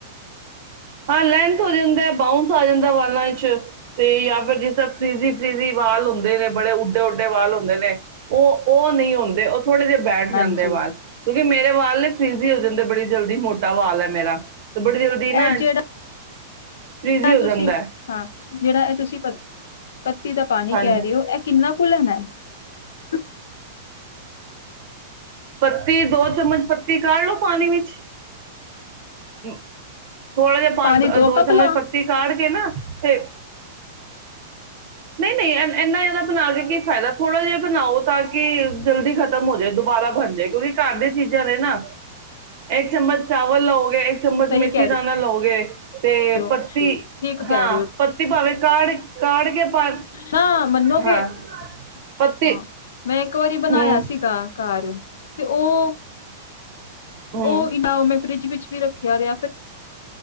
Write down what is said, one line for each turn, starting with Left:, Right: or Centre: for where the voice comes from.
Right: ਹਾਂ ਲੈਂਥ ਹੋ ਜਾਂਦਾ ਬਾਊਂਸ ਆ ਜਾਂਦਾ ਵਾਲਾਂ ਚ ਤੇ ਜਾਂ ਫਿਰ ਜਿਸ ਫ੍ਰਿਜੀ ਫ੍ਰਿਜੀ ਵਾਲ ਹੁੰਦੇ ਨੇ, ਬੜੇ ਉੱਡੇ ਉਡੇ ਵਾਲ ਹੁੰਦੇ ਨੇ ਉਹ ਉਹ ਨਹੀਂ ਹੁੰਦੇ। ਥੋੜ੍ਹੇ ਜਹੇ ਬੈਠ
Left: ਹਾਂਜੀ
Right: ਜਾਂਦੇ ਐ ਵਾਲ, ਕਿਉਂਕਿ ਮੇਰੇ ਵਾਲ ਫ੍ਰਿਜ਼ੀ ਹੋ ਜਾਂਦੇ ਬੜੀ ਜਲਦੀ ਮੋਟਾ ਵਾਲ ਹੈ, ਮੇਰਾ ਬੜੀ ਜਲਦੀ
Left: ਇਹ
Right: ਨਾ,
Left: ਜਿਹੜਾ
Right: ਫਰੀਜ਼ੀ ਹੋ
Left: ਤੁਸੀਂ
Right: ਜਾਂਦਾ ਹੈ
Left: ਹਾਂ ਜਿਹੜਾ ਇਹ ਤੁਸੀਂ ਪੱਤੀ ਦਾ ਪਾਣੀ
Right: ਹਾਂਜੀ
Left: ਕਹਿ ਰਹੇ ਹੋ ਇਹ ਕਿੰਨਾ ਕੁ ਕੁੂਲ ਨਾ <unintelligible>
Right: ਪੱਤੀ ਦੋ ਚਮਚ ਪੱਤੀ ਕਾਢ ਲੋ ਪਾਣੀ ਵਿੱਚ ਥੋੜਾ ਜਿਹਾ ਪਾ
Left: ਪਾਣੀ
Right: ਦੋ
Left: ਕੱਪ
Right: ਚਮਚ
Left: ਲਾ
Right: ਪੱਤੀ ਕਾੜ ਕੇ ਨਾ ਤੇ, ਨਹੀਂ-ਨਹੀਂ, ਇੰਨਾ ਜ਼ਿਆਦਾ ਬਣਾ ਕੇ ਕੀ ਫਾਇਦਾ ਥੋੜ੍ਹਾ ਜਿਹਾ ਬਣਾਓ, ਤਾਂ ਕਿ ਜਲਦੀ ਖਤਮ ਹੋ ਜਾਏ, ਦੁਬਾਰਾ ਬਣ ਜਾਏ ਕਿਉਂਕਿ ਘਰ ਦੀ ਚੀਜ਼ਾਂ ਨੇ ਨਾ ਇੱਕ ਚਮਚ ਚਾਵਲ ਲਓਗੇ, ਇੱਕ ਚਮਚ
Left: ਸਹੀ
Right: ਮੇਥੀ
Left: ਕਹਿ ਰਹੇ
Right: ਦਾਨਾ ਲਓਗੇ। ਤੇ
Left: ਹੋ
Right: ਪੱਤੀ
Left: ਠੀਕ ਕਹਿ
Right: ਹਾਂ ਪੱਤੀ ਭਾਵੇਂ ਕਾੜ-ਕਾੜ ਕੇ, ਪਾ
Left: ਹਾਂ ਮੰਨੋ
Right: ਹਾਂ
Left: ਕਿ ਹਾਂ
Right: ਪੱਤੀ
Left: ਮੈਂ ਇੱਕ, ਬਣਾਇਆ
Right: ਹੂੰ
Left: ਸੀਗਾ। ਘਰ ਤੇ ਉਹ
Right: ਹੂੰ
Left: ਉਹ ਨੀ ਨਾ ਫਰਿਜ ਵਿੱਚ, ਵੀ ਰੱਖਿਆ ਰਿਹਾ ਫਿ